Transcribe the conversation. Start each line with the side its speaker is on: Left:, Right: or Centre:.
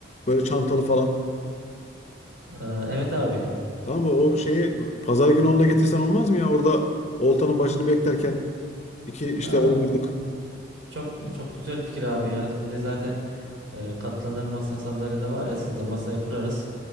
Left: Böyle çantalı falan.
Right: Ee, evet abi.
Left: Tamam mı? O şeyi pazar günü onu da getirsen olmaz mı ya? Orada oltanın başını beklerken iki işte
Right: Ha,
Left: oynardık.
Right: çok çok güzel fikir abi ya. Bir de zaten e, katlanır masa sandalye de var ya sizde masayı kurarız.